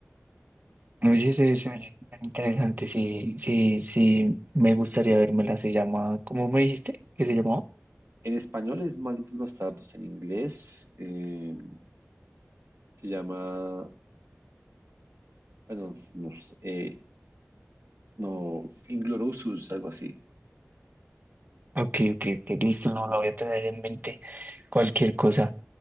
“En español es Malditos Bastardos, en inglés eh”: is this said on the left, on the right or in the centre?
Right